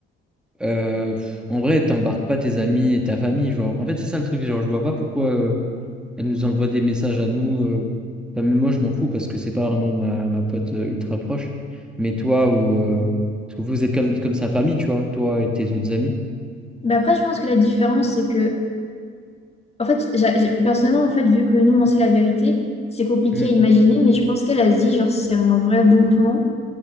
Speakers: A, in the centre; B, on the left (about 20°).
A: Euh, pff, en vrai, t'embarques pas tes amis et ta famille, genre. En fait, c'est ça le truc, genre, je vois pas pourquoi... euh, Elle nous envoie des messages à nous. euh, enfin, même moi, je m'en fous parce que c'est pas vraiment ma, ma pote euh, ultra proche. Mais toi, ou euh, parce que vous êtes comme, comme sa famille, tu vois, toi et tes autres amis.
B: Bah après je pense que la différence c'est que en fait j'a- j'ai- personnellement en fait vu que nous on sait la vérité, c'est compliqué
A: Mm,
B: à imaginer mais je pense qu'elle a se dit genre c'est un vrai bon plan